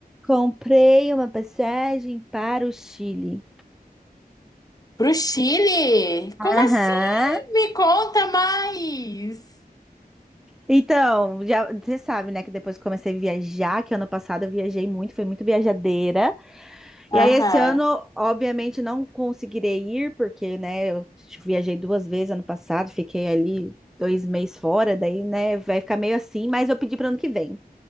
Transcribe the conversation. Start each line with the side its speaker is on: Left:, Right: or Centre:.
Centre: comprei uma passagem para o Chile.
Left: Pro Chile? Como
Centre: Aham.
Left: assim? Me conta mais.
Centre: Então, já, você sabe, né, que depois que comecei a viajar, que ano passado eu viajei muito, fui muito viajadeira.
Left: Aham.
Centre: E aí, esse ano, obviamente, não conseguirei ir, porque, né, eu viajei duas vezes ano passado, fiquei ali dois meses fora, daí, né, vai ficar meio assim, mas eu pedi para ano que vem.